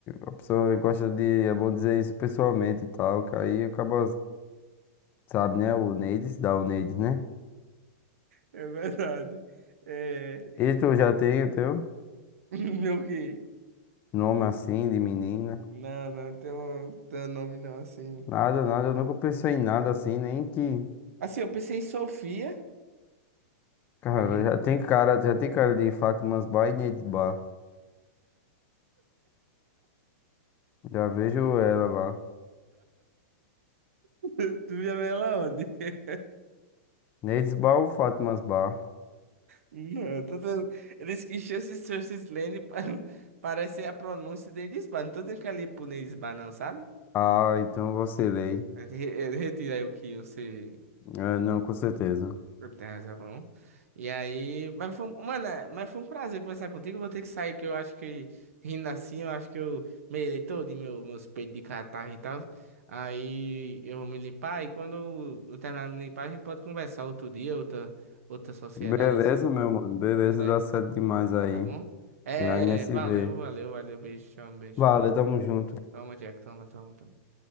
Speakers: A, on the left; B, on the right.
A: a pessoa gosta de, é bom dizer isso pessoalmente e tal, que aí acaba, sabe, né? O Neides, dá o Neides, né?
B: É verdade. É...
A: E tu já tem o teu
B: <laughs> Meu quê?
A: nome assim, de menina?
B: Não, não tem um tem um nome não, assim.
A: Nada, nada, eu nunca pensei em nada assim, nem que.
B: Assim, eu pensei em Sofia,
A: Cara,
B: pra menina.
A: já tem cara, já tem cara de Fátimas Bar e Neides Bar. Já vejo ela lá.
B: <laughs> Tu já vê ela onde? <laughs>
A: Neides Bar ou Fátimas Bar?
B: Não, tô tendo... Eles que chances, chances, Lane para... <laughs> parece a pronúncia de Lisboa. Não tô tendo que ali punir Lisboa, não, sabe?
A: Ah, então eu vacilei.
B: Re- Retira aí o que você...
A: É, não, com certeza.
B: Tem razão. E aí, mas foi, um- mano, é- mas foi um prazer conversar contigo. Eu Vou ter que sair, que eu acho que rindo assim, eu acho que eu melei todo em meu, meus peitos de catarro e tal. Aí eu vou me limpar e quando eu terminar de me limpar, a gente pode conversar outro dia, outra, outra sociedade
A: Beleza,
B: assim.
A: meu mano. Beleza,
B: Quando a
A: dá
B: gente,
A: certo demais aí.
B: tá bom? É,
A: E aí, nós se
B: valeu,
A: vê.
B: valeu, valeu, beijão, beijão.
A: Valeu, tamo junto.
B: Toma, Jack, toma, toma, toma.